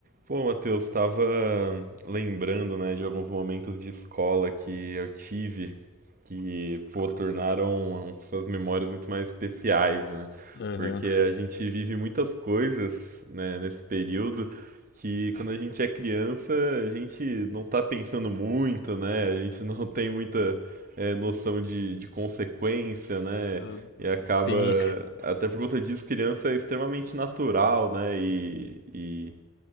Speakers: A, on the right; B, on the left.
A: Pô, Matheus, estava lembrando, né, de alguns momentos de escola que eu tive que, pô, tornaram essas memórias muito mais especiais, né?
B: Aham.
A: Porque a gente vive muitas coisas, né, nesse período que quando a gente é criança, a gente não tá pensando muito, né? A gente não tem muita, eh, noção de, de consequência, né?
B: Ah,
A: E acaba,
B: Sim.
A: até por conta disso, criança é extremamente natural, né? E, e